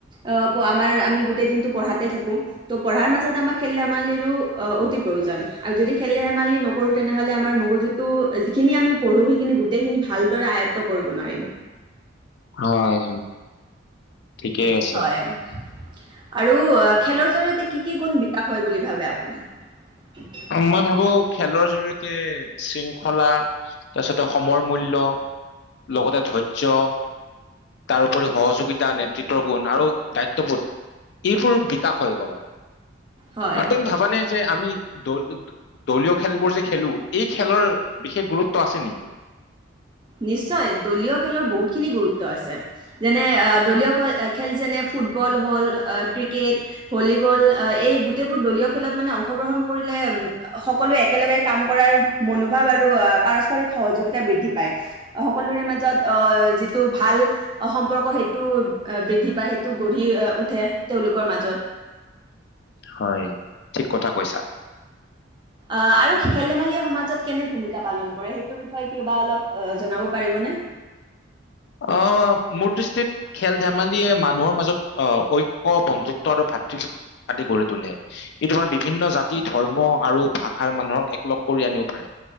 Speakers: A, on the right; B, on the left.
A: অ' প আমাৰ আমি গোটেই দিনটো পঢ়াতে থাকোঁ। ত' পঢ়াৰ মাজতে আমাক খেল-ধেমালিৰো অ অতি প প্ৰয়োজন আৰু যদি খেল-ধেমালি নকৰোঁ তেনেহ'লে আমাৰ মগজুতো যিখিনি আমি পঢ়োঁ সেইখিনি গোট গোটেইখিনি ভালদৰে আয়ত্ব কৰিব নোৱাৰিম
B: হয় হয় ঠিকেই আছে
A: হয় আৰু খেলৰ জৰিয়তে কি কি গুণ বিকাশ হয় বুলি ভাবে আপুনি উ <inaudible>
B: মই ভাবো খেলৰ জৰিয়তে শৃংখলা তাৰপিছতে সময় মূল্য লগতে ধৈৰ্য তাৰউপৰি সহযোগিতা নেতৃত্বৰ গুণ আৰু দায়িত্ববোধ এইবোৰ বিকাশ হয় গ হয়
A: হয়
B: আৰু তুমি ভাবানে যে আমি দ দলীয় খেলবোৰ যে খেলো এই খেলৰ বিশেষ গুৰুত্ব আছে নেকি।
A: নিশ্চয় দলীয় খেলৰ বহুতখিনি গুৰুত্ব আছে যেনে দলীয় খেল যেনে ফুটবল হ'ল ক্ৰিকেট ভলীবল এই গোটেইবোৰ দলীয় খেলত মানে অংশগ্ৰহণ কৰিলে সকলোৱে একেলগে কাম কৰাৰ মনোভাৱ আৰু আহ পাৰস্পৰিক সহযোগিতা বৃদ্ধি প পাই সকলোৰে মাজত আহ যিটো ভাল সম্পৰ্ক সেইটো বৃদ্ধি পাই সেইটো গঢ়ি উঠে তেওঁলোকৰ মাজত
B: হয় ঠিক কথা কৈছা
A: আৰু খেল ধেমালি সমাজত কেনে ভূমিকা পালন কৰে সেইটোৰ বিষয়ে কিবা অলপ জনাব পাৰিবনে
B: অ মোৰ ডিষ্ট্ৰিত খেল ধেমালিয়ে মানুহৰ মাজত আহ ঐক্য বন্ধুত্ব আৰু ভাতৃভ আদি গঢ়ি তোলে ই তোমাৰ বিভিন্ন জাতি ধৰ্ম আৰু ভাষাৰ মানুহক একলগ কৰি আনিব পাৰে।